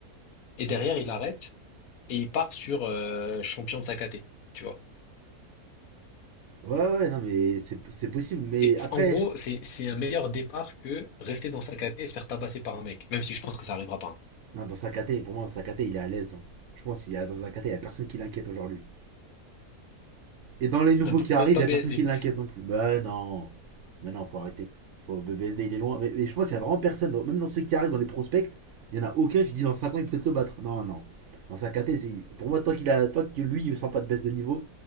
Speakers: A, on the left; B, on the right.
A: et derrière, il arrête, et il part sur euh, champion de sa K T, tu vois.
B: Ouais, ouais, non, mais c'est c'est possible. Mais
A: C'est, c'est-
B: après,
A: en gros, c'est c'est un meilleur départ que rester dans sa caté et se faire tabasser par un mec, même si je pense que ça arrivera pas. hein.
B: non, dans Sakate, pour moi, Sakate, il est à l'aise. hein. Je pense qu'il y a dans Sakate, il y a personne qui l'inquiète aujourd'hui. Et dans les nouveaux
A: Même pas,
B: qui arrivent,
A: même pas
B: il y
A: BSD.
B: a personne qui l'inquiète non plus. Bah non. Mais non, faut arrêter. Faut, BBSD, il est loin. Mais, mais je pense qu'il y a vraiment personne. dans- même dans ceux qui arrivent dans les prospects, il y en a aucun. Tu dis dans 5 ans, il peut peut-être le battre. Non, non. Dans Sakate, pour moi, tant, qu'il a, tant que lui, il ne sent pas de baisse de niveau,